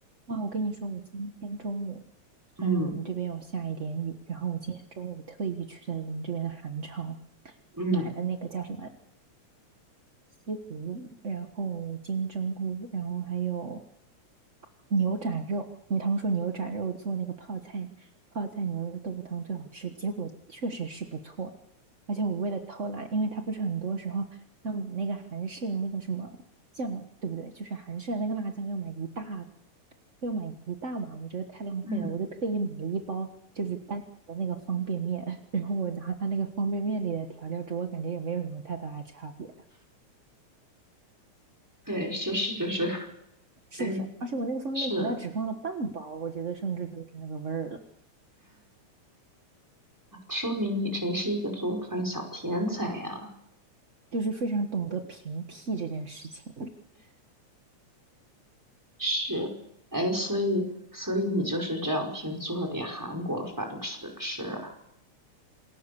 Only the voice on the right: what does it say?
哇，我跟你说，我今天中午虽然我们这边有下一点雨，
然后我今天中午特意去在我们这边的韩超
买了那个叫什么西葫芦，然后金针菇，然后还有牛展肉，因为他们说牛展肉做那个泡菜泡菜牛肉豆腐汤最好吃，结果确实是不错。而且我为了偷懒，因为它不是很多时候要买那个韩式的那个什么酱，对不对？就是韩式的那个辣酱要买一大要买一大碗，我觉得太浪费了，
我就特意买了一包就是单独的那个方便面，<laughs> 然后我拿它那个方便面里的调料煮，我感觉也没有什么太大的差别。
是不是？
而且我那个方便面调料只放了半包，
我觉得甚至就是那个味儿了，
就是非常懂得平替这件事情。